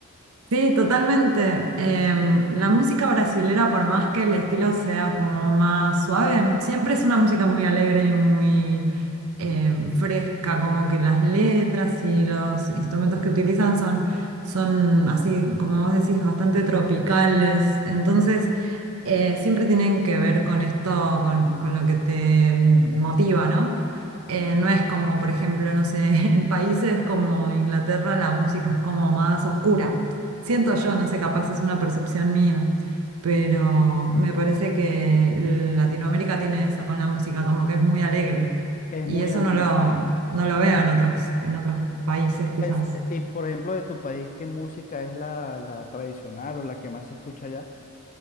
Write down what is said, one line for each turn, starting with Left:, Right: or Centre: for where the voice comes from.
Right: Sí, totalmente. Em, la música brasilera, por más que el estilo sea como más suave, siempre es una música muy alegre y muy em, fresca, como que las letras y los instrumentos que utilizan son, son así, como vos decís, bastante tropicales. Entonces, eh, siempre tienen que ver con esto, con, con lo que te motiva, ¿no? Eh, no es como, por ejemplo, no sé, <laughs> en países como Inglaterra la música es como más oscura. Siento yo, no sé, capaz es una percepción mía, pero me parece que Latinoamérica tiene eso con la música, como que es muy alegre.
Left: Es
Right: Y
Left: muy
Right: eso
Left: alegre.
Right: no lo, no lo veo en otros, en otros países quizás.
Left: Es- y por ejemplo, de tu país, ¿qué música es la, la tradicional o la que más se escucha allá?